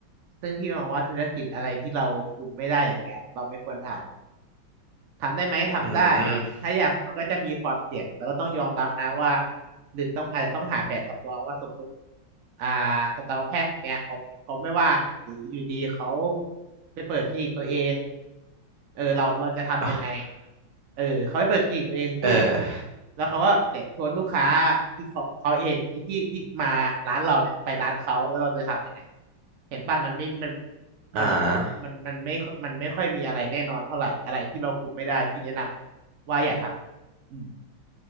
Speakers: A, on the right; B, on the right.
A: ซึ่งพี่มองว่าธุรกิจอะไรที่เราคุมไม่ได้อย่างเงี้ยเราไม่ควรทำ ทำได้ไหมทำได้
B: อืม
A: ถ้าอยากมันก็จะมีความเสี่ยงแล้วก็ต้องยอมรับนะว่าหรือต้องอาจจะต้องหาแผนสำรองว่าสมมุติอ่าสัตวแพทย์คนเนี้ยเขาเขาไม่ว่างหรืออยู่ดีเขาไปเปิดคลินิกตัวเองเออเราเราจะทำยังไง
B: อ่ะ
A: เออเขาไปเปิดคลินิกตัวเองสู้
B: เออ
A: แล้วเขาก็เนี่ยชวนลูกค้าที่ของของเขาเองไอ้ที่ที่มาร้านเราเนี่ยไปร้านเขาแล้วเราจะทำยังไงเห็นป่ะมันไม่มัน
B: อ่า
A: มันมันมันไม่มันไม่ค่อยมีอะไรแน่นอนเท่าไหร่อะไรที่เราคุมไม่ได้พี่แนะนำว่าอย่าทำอืม